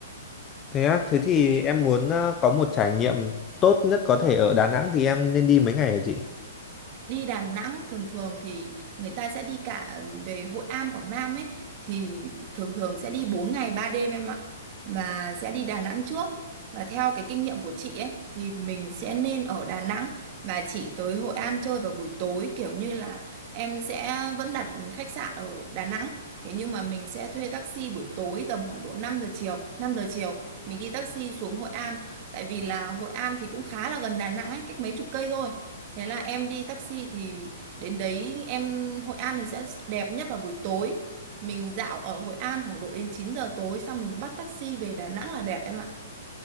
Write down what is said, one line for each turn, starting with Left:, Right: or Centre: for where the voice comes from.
Left: thế á thế thì em muốn ờ, có một trải nghiệm tốt nhất có thể ở Đà Nẵng thì em nên đi mấy ngày hả chị
Right: đi Đà Nẵng thường thường thì người ta sẽ đi cả về Hội An Quảng Nam ấy thì thường thường sẽ đi 4 ngày 3 đêm em ạ và sẽ đi Đà Nẵng trước và theo cái kinh nghiệm của chị ấy thì mình sẽ nên ở Đà Nẵng và chỉ tới Hội An chơi vào buổi tối kiểu như là em sẽ vẫn đặt khách sạn ở Đà Nẵng thế nhưng mà mình sẽ thuê taxi buổi tối tầm khoảng độ năm giờ chiều năm giờ chiều mình đi taxi xuống Hội An tại vì là Hội An thì cũng khá là gần Đà Nẵng ấy cách mấy chục cây thôi thế là em đi taxi thì đến đấy em Hội An thì sẽ đẹp nhất vào buổi tối mình dạo ở Hội An khoảng độ đến 9 giờ tối xong mình bắt taxi về Đà Nẵng là đẹp em ạ